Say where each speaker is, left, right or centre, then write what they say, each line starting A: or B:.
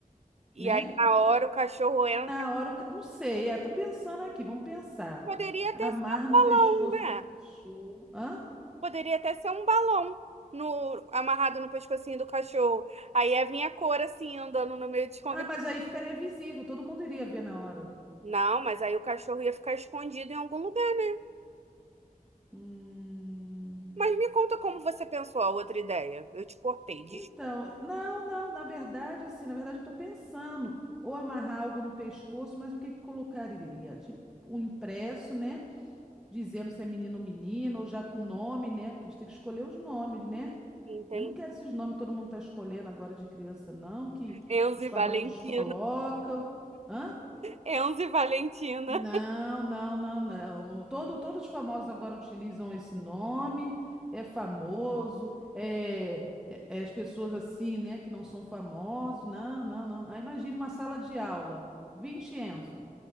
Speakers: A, on the right (about 45°); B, in the centre.
A: E
B: né?
A: aí na hora o cachorro entra.
B: E na hora, o ca- não sei, é, tô pensando aqui, vamos pensar.
A: Poderia até
B: Amarra
A: ser um balão,
B: no pescoço
A: né?
B: do cachorro. Hã?
A: Poderia até ser um balão no, amarrado no pescocinho do cachorro. Aí ia vir a cor assim, andando no meio dos convidados.
B: Ah, mas aí ficaria visível, todo mundo iria ver na hora.
A: Não, mas aí o cachorro ia ficar escondido em algum lugar.
B: Hum...
A: Mas me conta como você pensou a outra ideia. Eu te cortei, desculpa.
B: Então, não, não, na verdade, assim, na verdade eu tô pensando ou amarrar algo no pescoço, mas o que que colocaria? Tipo, um impresso, né? Dizendo se é menino ou menina, ou já com nome, né? Porque a gente tem que escolher os nomes, né?
A: Entendi.
B: Eu não quero esses nomes que todo mundo tá escolhendo agora de criança, não, que
A: Enzo
B: os
A: e
B: famosos
A: Valentina.
B: colocam. Hã?
A: Enzo e Valentina.
B: Não, não, não, não. Todo, todos os famosos agora utilizam esse nome, é famoso, é, é- é as pessoas assim, né, que não são famosas. Não, não, não. Aí imagine uma sala de aula, 20 Enzo.